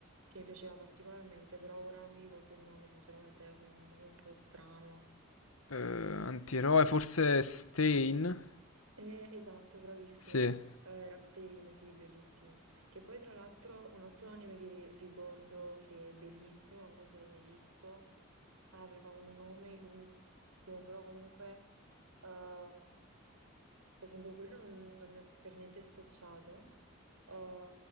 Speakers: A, on the right; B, on the left.
A: che mi piaceva particolarmente, però ora non mi ricordo il nome, sinceramente, è un nome un po' strano.
B: eh, antieroe, forse Stein?
A: Eh, esatto, bravissimo.
B: Sì.
A: Eh, era Pain, sì, bellissimo. Che poi, tra l'altro, un altro anime che ricordo che è bellissimo, non so se l'hai mai visto, aveva un nome lunghissimo, però comunque... eh, Per esempio, quello non, non mi ha per niente scocciato. Uh,